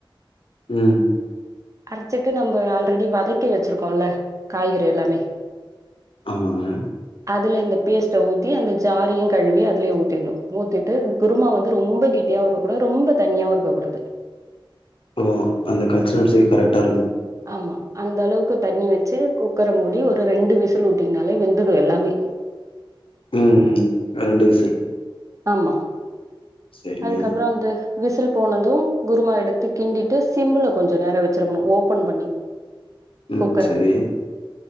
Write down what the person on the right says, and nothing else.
அரைச்சிட்டு நம்ப ஆல்ரெடி வதக்கி வச்சிருக்கோல காய்கறி எல்லாமே
அதுல இந்த பேஸ்ட்ட ஊத்தி அந்த ஜாரயு கழுவி அதுலே ஊத்திண்ணு ஊத்திட்டு குருமா வந்து ரொம்ப கெட்டியாவு இருக்க கூடாது ரொம்ப தண்ணியாவு இருக்க கூடாது
ஆமா அந்தளவுக்கு தண்ணி வச்சு குக்கர மூடி ஒரு ரெண்டு விசில் உட்டுங்னாலே வெந்துரு எல்லாமே
ஆமா
அதுக்கப்ன்றோ அந்த விசில் போனது குருமா எடுத்து கிண்டிட்டு சிம்ல கொஞ்ச நேரோ வச்சிருக்கணு ஓப்பன் பண்ணி
குக்கர